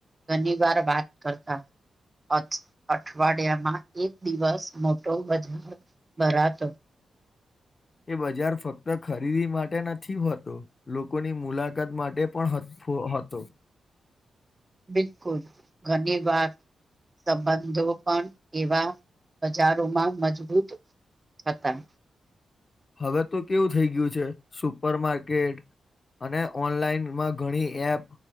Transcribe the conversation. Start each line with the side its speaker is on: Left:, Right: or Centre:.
Right: ઘણી વાર વાત કરતા અઠ અઠવાડિયામાં એક દિવસ મોટો બજાર ભરાતો
Left: એ બજાર ફક્ત ખરીદી માટે નથી હોતો લોકોની મુલાકાત માટે પણ હ ફો હતો
Right: બિલકુલ ઘણી વાત સંબંધો પણ એવા બજારોમાં મજબૂત થતા
Left: હવે તો કેવું થઈ ગયું છે સુપર માર્કેટ અને ઓનલાઈનમાં ઘણી એપ